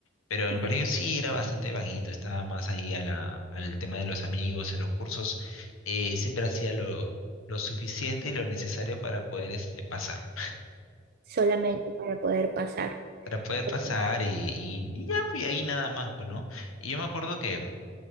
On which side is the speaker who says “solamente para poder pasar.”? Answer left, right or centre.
Right